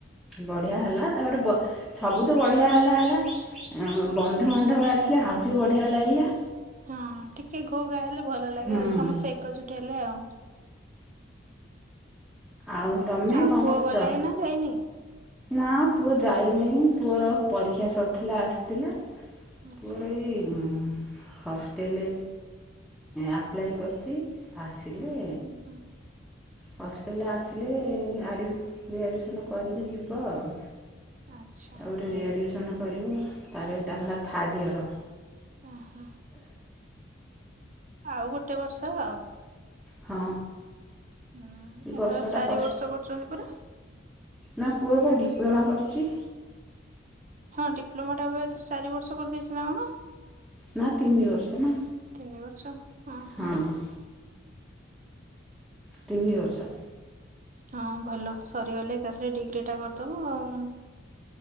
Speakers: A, in the centre; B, on the right (about 45°).
A: ବଢିଆ ହେଲା ତାପରେ ବ ସବୁତୁ ବଢ଼ିଆ ହେଲା ହେଲା ଏଁ ବନ୍ଧୁବାନ୍ଧବ ଆସିଲେ ଆହୁରି ବଢ଼ିଆ ଲାଗିଲା।
B: ହଁ ଟିକେ ଘୋ ଘା ହେଲେ ଭଲ ଲାଗେ
A: ହୁଁ।
B: ଆଉ ସମସ୍ତେ ଏକଜୁଟ ହେଲେ ଆଉ।
A: ଆଉ ତମେ
B: ଆଉ
A: କଣ
B: ପୁଅ
A: କରୁଚ?
B: ଗଲାଣି ନା ଯାଇନି?
A: ନା ପୁଅ ଯାଇନେଇଁ ପୁଅର ପରୀକ୍ଷା ସରିଥିଲା ଆସିଥିଲା।
B: ଆଚ୍ଛା
A: ପୁଅର ଏଇ ଉଁ ହଷ୍ଟେଲେ ଆପ୍ଲାଏ କରିଛି। ଆସିଲେ
B: ହୁଁ ହୁଁ
A: ହଷ୍ଟେଲେ ଆସିଲେ ଆଡ଼ିବ ରି ଆଡିମିସନ୍ କରିକି ଯିବ ଆଉ।
B: ଆଚ୍ଛା
A: ତାପରେ
B: ହଉ
A: ରି ଆଡିମିସନ କରିବ। ତାର ଏଇଟା ହେଲା ଥାର୍ଡ଼ ଇୟର।
B: ଓହୋ ଆଉ ଗୋଟେ ବର୍ଷ ଆଉ।
A: ହଁ
B: ହୁଁ ଏଥର
A: ବର୍ଷଟା
B: ଚାରି
A: କଷ
B: ବର୍ଷ କରୁଛନ୍ତି ପରା
A: ନା ପୁଅ ବା ଡିପ୍ଲୋମା କରୁଚି।
B: ହଁ ଡିପ୍ଲୋମା ଟା ଏବେ ଚାରି ବର୍ଷ କରିଦେଇଛି ନା କଣ?
A: ନା ତିନି ବର୍ଷ ନା
B: ତିନି ବର୍ଷ ଉଁ
A: ହଁ
B: ହୁଁ
A: ତିନି ବର୍ଷ
B: ହଁ ଭଲ ସରିଗଲେ ଏକାଥରେ ଡିଗ୍ରୀ ଟା କରିଦବ ଆଉ।